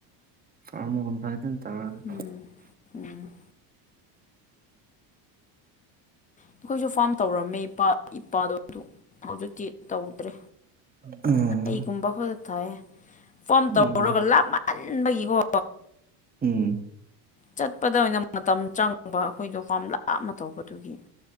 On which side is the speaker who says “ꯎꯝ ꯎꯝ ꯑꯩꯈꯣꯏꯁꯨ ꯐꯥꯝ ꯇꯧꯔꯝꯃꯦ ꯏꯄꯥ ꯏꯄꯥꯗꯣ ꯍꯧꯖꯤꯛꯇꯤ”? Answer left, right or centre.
Left